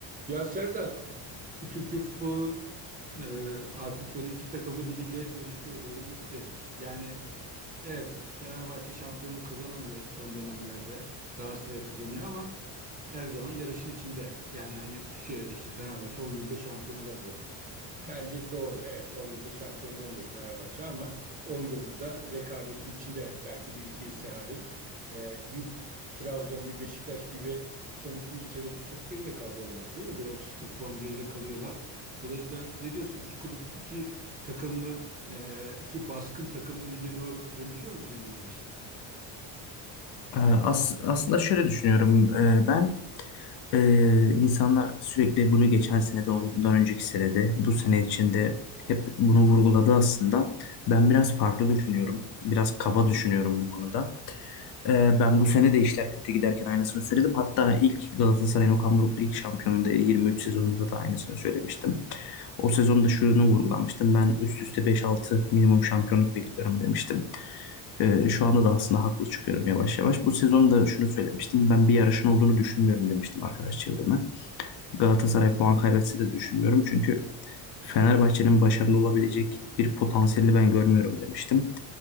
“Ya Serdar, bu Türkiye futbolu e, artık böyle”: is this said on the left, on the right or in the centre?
Right